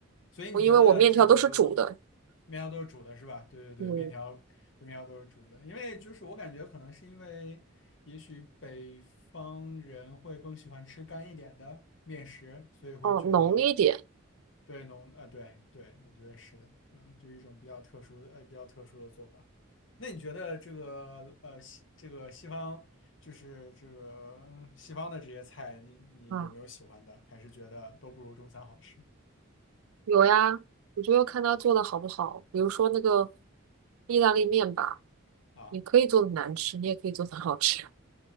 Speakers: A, on the left; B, on the right.
A: 所以你觉得这个
B: 我因为我面条都是煮的，
A: 面条都是煮的是吧？对对对，
B: 嗯，
A: 面条面条都是煮的，因为就是我感觉可能是因为。也许北方人会更喜欢吃干一点的面食，所以会觉得
B: 哦，浓一点
A: 对农，啊，对对，我觉得是的，嗯，就一种比较特殊的，呃，比较特殊的做法。那你觉得这个，呃，西这个西方，就是这个嗯西方的这些菜，你你有没有喜欢的？
B: 啊，
A: 还是觉得都不如中餐好吃
B: 有呀，我就要看他做的好不好。比如说那个意大利面吧，
A: 啊？
B: 你可以做的难吃，你也可以做的好吃。